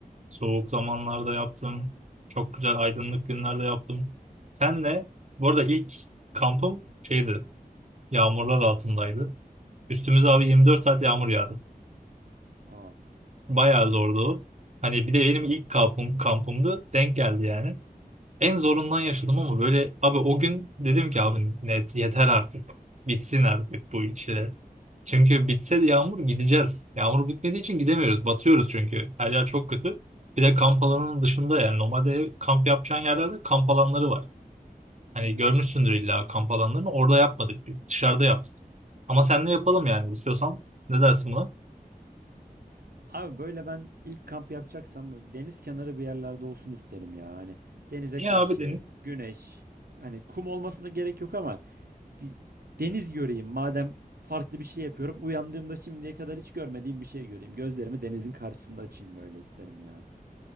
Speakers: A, on the right (about 50°); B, on the right (about 75°).
A: Soğuk zamanlarda yaptım. Çok güzel aydınlık günlerde yaptım. Senle bu arada ilk kampım şeydi. Yağmurlar altındaydı. Üstümüze abi 24 saat yağmur yağdı.
B: Aa.
A: Bayağı zordu. o. Hani bir de benim ilk kampım, kampımdı. Denk geldi yani. En zorundan yaşadım ama böyle abi o gün dedim ki abi net yeter artık. Bitsin artık bu çile. Çünkü bitse de yağmur gideceğiz. Yağmur bitmediği için gidemiyoruz. Batıyoruz çünkü. Her yer çok kötü. Bir de kamp alanının dışında yani normalde ev- kamp yapacağın yerlerde kamp alanları var. Hani görmüşsündür illa kamp alanlarını. Orada yapmadık. Biz dışarıda yaptık. Ama seninle yapalım yani istiyorsan. Ne dersin buna?
B: Abi böyle ben ilk kamp yapacaksam böyle deniz kenarı bir yerlerde olsun isterim ya. Hani denize
A: Ya
B: karşı,
A: abi deniz.
B: güneş, hani kum olmasına gerek yok ama bir deniz göreyim. Madem farklı bir şey yapıyorum, uyandığımda şimdiye kadar hiç görmediğim bir şey göreyim. Gözlerimi denizin karşısında açayım böyle isterim ya.